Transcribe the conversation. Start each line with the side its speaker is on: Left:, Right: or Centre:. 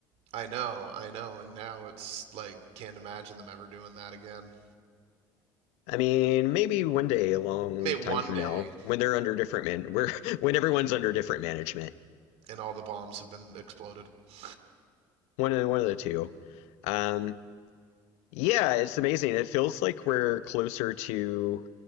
Right: I know, I know, and now it's like can't imagine them ever doing that again.
Left: I mean, maybe one day, a long
Right: May one
Left: time from
Right: day
Left: now, when they're under different man, where <laughs> when everyone's under different management,
Right: and all the bombs have been exploded. <laughs>
Left: one of one of the two. Um, yeah, it's amazing. It feels like we're closer to